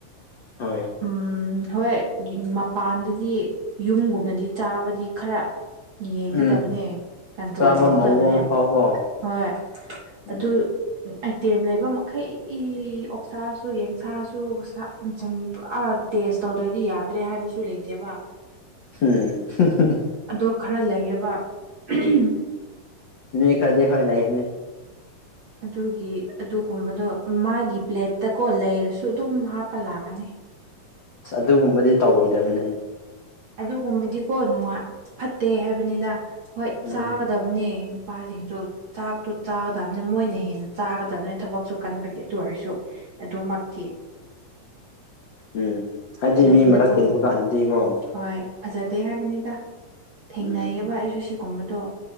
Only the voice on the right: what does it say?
ꯎꯝ ꯍꯣꯏ ꯃꯄꯥꯟꯗꯗꯤ ꯌꯨꯝꯒꯨꯝꯅꯗꯤ ꯆꯥꯕꯗꯤ ꯈꯔ ꯌꯦꯡꯒꯗꯕꯅꯦ
ꯀꯟꯇ꯭ꯔꯣꯜ
ꯇꯧꯒꯗꯕꯅꯦ
ꯍꯣꯏ
ꯑꯗꯨ ꯑꯝ ꯑꯥꯏꯇꯦꯝ ꯂꯩꯕ ꯃꯈꯩ ꯑꯣꯛꯁꯥꯁꯨ ꯌꯦꯟꯁꯥꯁꯨ ꯁꯥ ꯁꯟ ꯄꯨꯔꯥ ꯇꯦꯁ ꯇꯧꯗ꯭ꯔꯗꯤ ꯌꯥꯗ꯭ꯔꯦ ꯍꯥꯏꯕꯁꯨ ꯂꯩꯇꯦꯕ
ꯑꯗꯣ ꯈꯔ ꯂꯩꯌꯦꯕ ꯑꯝ ꯑꯝ ꯫
ꯑꯗꯨꯒꯤ ꯑꯗꯨꯒꯨꯝꯕꯗꯣ ꯃꯥꯒꯤ ꯄ꯭ꯂꯦꯠꯇꯀꯣ ꯂꯩꯔꯁꯨ ꯑꯗꯨꯝ ꯍꯥꯞꯄ ꯂꯥꯛꯀꯅꯤ꯫
ꯑꯗꯨꯒꯨꯝꯕꯗꯤꯀꯣ ꯅꯨꯡꯉꯥꯏ ꯐꯠꯇꯦ ꯍꯥꯏꯕꯅꯤꯗ ꯍꯣꯏ ꯆꯥꯒꯗꯕ
ꯑꯗꯨꯅꯦ ꯅꯨꯄꯥꯁꯤꯡꯁꯨ ꯆꯥꯛꯇꯨ ꯆꯥꯒꯗꯕꯅꯦ ꯃꯣꯏꯅ ꯍꯦꯟꯅ ꯆꯥꯒꯗꯕꯅꯦ ꯊꯕꯛꯁꯨ ꯀꯟꯕꯒꯤ ꯑꯗꯨ ꯑꯣꯏꯔꯁꯨ ꯑꯗꯨꯃꯛꯀꯤ
ꯂꯩꯅꯀꯣ
ꯍꯣꯏ ꯐꯖꯗꯦ ꯍꯥꯏꯕꯅꯤꯗ ꯊꯦꯡꯅꯩꯌꯦꯑꯕ
ꯑꯩꯁꯨ ꯁꯤꯒꯨꯝꯕꯗꯣ